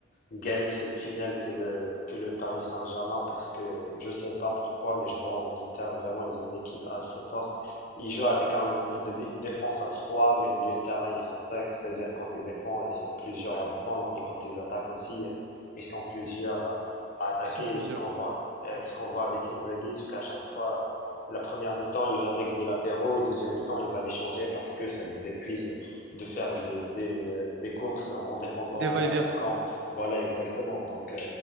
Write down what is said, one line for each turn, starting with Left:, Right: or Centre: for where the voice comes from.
Left: gagne cette finale que le, que le Paris Saint-Germain parce que je sais pas pourquoi, mais je vois en Inter vraiment, ils ont une équipe assez forte. Ils jouent avec un- une dé- une défense à 3, mais au milieu de terrain, ils sont 5. C'est-à-dire, quand ils défendent, ils sont plusieurs à défendre, mais quand ils attaquent aussi, ils sont plusieurs à à attaquer.
Right: Ils sont plusieurs.
Left: Et ce qu'on voit, euh,
Right: Mm.
Left: ce qu'on voit avec Inzaghi, c'est qu'à chaque fois, la première mi-temps, ils jouent avec des latéraux et deuxième mi-temps, il va les changer parce que ça les épuise de faire des, des, euh, des courses en défendant,
Right: Des va-et-vient.
Left: en attaquant. Voilà, exactement. Donc, euh,